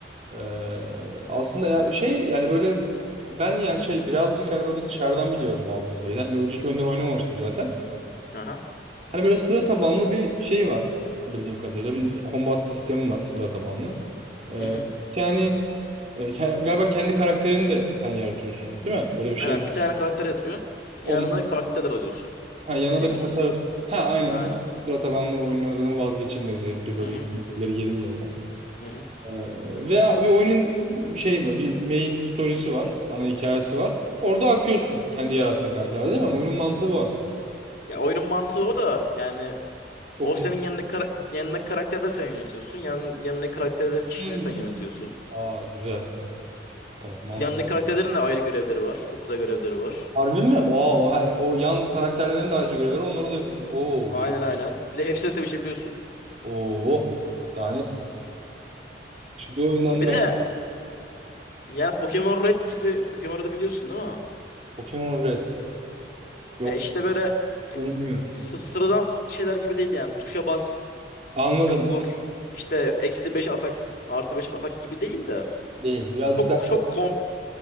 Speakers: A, on the right; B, on the left.
A: Ee, aslında ya şey yani böyle ben yani şey birazcık hani böyle dışarıdan biliyorum Baldur's Gate'i. Hani önceki oyunları oynamamıştım zaten.
B: Aha.
A: Hani böyle sıra tabanlı bir şey var bildiğim kadarıyla. Bir combat sistemi var sıra tabanlı. Ee,
B: Hı hı.
A: yani e, ke- galiba kendi karakterini de sen yaratıyorsun değil mi? Öyle bir şey.
B: Aynen bir tane karakter yatırıyorsun. Yanına
A: Onun
B: karakter alıyorsun.
A: ha, yanına
B: NPC.
A: da karakter. Ha aynen
B: Aynen.
A: tabii. Sıra tabanlı oyunların zaten vazgeçilmezi. Hep bir böyle
B: Hı hı.
A: birileri gelir zaten.
B: Hı hı.
A: Ee, Veya bir oyunun şeyi var, bir main story'si var, ana hikayesi var. Orada akıyorsun kendi yarattığın karakterle değil mi? Ama Oyunun mantığı bu aslında.
B: Ya oyunun mantığı o da yani
A: Çok
B: o senin yanındaki kara yanındaki karakterleri sen yönetiyorsun. Yan yanındaki karakterlerin kişiliğini
A: derin.
B: sen yönetiyorsun.
A: Aa güzel. Tamam mantık.
B: Yanındaki karakterlerin de ayrı görevleri var. Çok güzel görevleri var.
A: Harbi mi? Aa o, he- o yan karakterlerin de ayrıca görevleri onları da yapıyorsun. Oo
B: Aynen
A: güzel.
B: aynen. Bir de hepsiyle sevişebiliyorsun.
A: Oo. Daha ne? Şu Bir oyundan
B: Ya Bir
A: bak.
B: de yani Pokemon Red gibi Pokemon Red'i biliyorsun değil mi?
A: Pokemon Red. Yok.
B: E işte böyle
A: Bunu
B: e,
A: bilmiyorum.
B: sı- sıradan şeyler gibi değil yani. Tuşa bas
A: Anladım.
B: işte vur işte eksi 5 atak artı 5 atak gibi değil de
A: Değil. Birazcık
B: çok
A: daha
B: çok komp